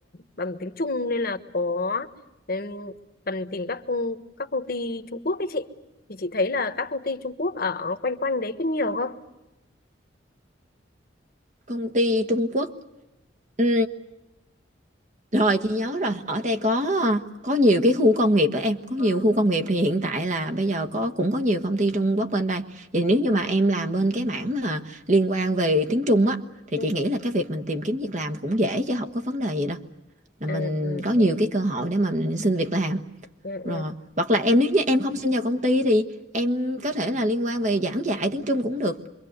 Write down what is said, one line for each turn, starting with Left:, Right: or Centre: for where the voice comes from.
Left: bằng tiếng Trung nên là có em cần tìm các công, các công ty Trung Quốc ấy chị thì chị thấy là các công ty Trung Quốc ở quanh quanh đấy có nhiều không?
Right: công ty Trung Quốc Ừ, Rồi chị nhớ rồi, ở đây có có nhiều cái khu công nghiệp đó em, có
Left: Ờ,
Right: nhiều khu công nghiệp thì hiện tại là bây giờ có cũng có nhiều công ty Trung Quốc bên đây. Vậy nếu như mà em làm bên cái mảng mà liên quan về tiếng Trung á thì
Left: ừ,
Right: chị nghĩ là cái việc mình tìm kiếm việc làm cũng dễ chứ không có vấn đề gì đâu. Là
Left: à,
Right: mình
Left: ừ,
Right: có nhiều
Left: thế này.
Right: cái cơ hội để mà mình xin việc làm.
Left: ừ, ừ.
Right: Rồi, hoặc là em nếu như em không xin vào công ty thì em có thể là liên quan về giảng dạy tiếng Trung cũng được.